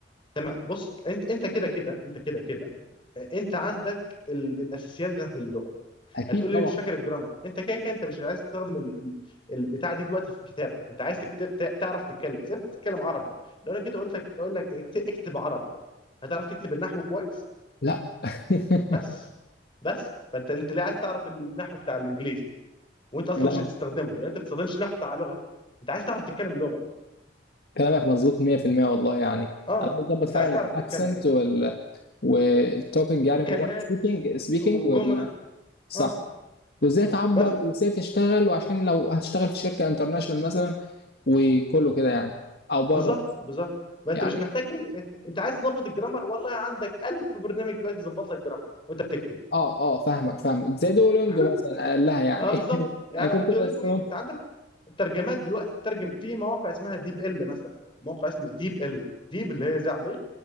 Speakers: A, on the left (about 25°); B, on the left (about 55°).
A: تمام بص انت انت كده كده انت كده كده آه، انت عندك ال... الاساسيات بتاعت اللغه
B: اكيد
A: هتقول لي
B: طبعا
A: مش فاكر الجرامر انت كده كده انت مش عايز تستخدم ال... ال- البتاع دي دلوقتي في الكتابه انت عايز تكتب... ت- تعرف تتكلم زي ما بتتكلم عربي لو انا جيت قلت لك اقول لك اكت- اكتب عربي هتعرف تكتب النحو كويس
B: لا <laughs>
A: بس بس فانت انت ليه عايز تعرف النحو بتاع الانجليزي وانت اصلا
B: لا
A: مش هتستخدمه لان انت ما بتستخدمش النحو بتاع لغتك انت عايز تعرف تتكلم اللغه
B: كلامك مظبوط 100% والله يعني
A: اه
B: انا
A: اه
B: عايز اظبط
A: انت
B: فعلا
A: عايز تعرف
B: الاكسنت
A: تتكلم
B: وال والتوكينج يعني
A: وكلمات
B: سبيكينج سبيكينج
A: وجمل
B: وال صح
A: اه
B: وازاي تعبر
A: بس
B: وازاي تشتغل وعشان لو هتشتغل في شركه انترناشونال مثلا وكله كده يعني او بره
A: بالظبط
B: مثلا
A: بالظبط ما انت
B: يعني
A: مش محتاج ال... انت عايز تظبط الجرامر والله عندك ألف برنامج دلوقتي يظبط لك جرامر وانت بتكتب
B: اه اه فاهمك فاهم زي دولينجو
A: <laughs>
B: مثلا قال لها يعني
A: اه بالظبط
B: <laughs>
A: يعني
B: انا كنت
A: الدولينجو
B: بس
A: مين
B: اه
A: انت عندك ترجمات دلوقتي تترجم في مواقع اسمها ديب ال مثلا موقع اسمه ديب ال ديب اللي هي زي عميق